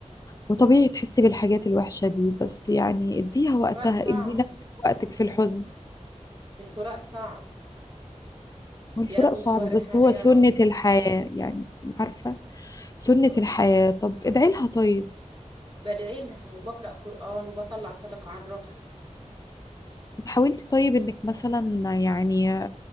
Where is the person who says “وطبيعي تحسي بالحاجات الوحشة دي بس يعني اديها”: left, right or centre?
Left